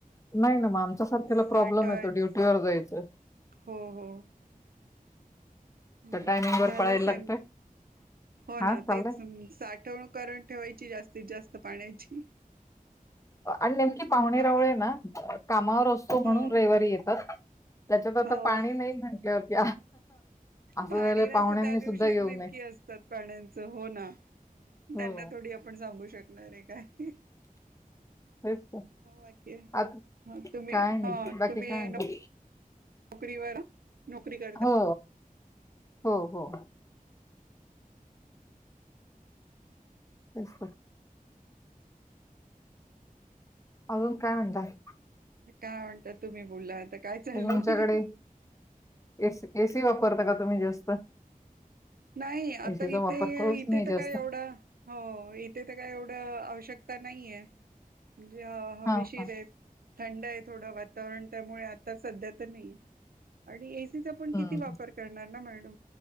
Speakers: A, on the left (about 20°); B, on the right (about 80°).
A: नाही ना मग आमच्या सारख्याला
B: साठवायच
A: प्रॉब्लेम येतो, ड्युटीवर जायचं
B: हो हो हो
A: त्या टायमिंग वर
B: झालं
A: पळायला लागतंय
B: हो
A: हा
B: ना
A: चाललंय
B: तेच साठवण करण ठेवायची जास्तीत जास्त. पाण्याची
A: आणि नेमकी पाहुणे
B: पाणी
A: रवळे ना कामावर असतो म्हणून
B: हो
A: रविवारी येतात, त्याच्यात आता
B: हो
A: पाणी नाही म्हटल्यावरती असं
B: पाणी
A: झालंय
B: नसत
A: पाहुण्यांनी
B: त्या दिवशीच
A: सुद्धा येऊ
B: नेमकी
A: नये
B: असतात, पाण्याचं हो. ना.
A: हो
B: त्यांना थोडी आपण सांगू शकतो. णारे काय?
A: तेच तर
B: बाकी,
A: आता
B: तुम्ही
A: काय नाही
B: हा
A: बाकी
B: तुम्ही
A: काय म्हणतात
B: नोकरी व नोकरी करतात.
A: हो हो. हो. तेच ना अजून काय म्हणताय?
B: काय म्हणतात? तुम्ही बोला काय चालू
A: तुमच्याकडे
B: आहे?
A: एस एसी वापरता का तुम्ही जास्त?
B: नाही. आता
A: एसीचा
B: इथे
A: वापर करूच
B: इथे
A: नाही
B: तर
A: जास्त.
B: काय एवढा, हो. इथे तर काय एवढं आवश्यकता नाहीय, म्हणजे हवीशीरएत.
A: हां, हां.
B: थंड आहे, थोडं वातावरण त्यामुळे आता सध्या तर नाही आणि एसीचा
A: हं.
B: किती वापर करणार ना?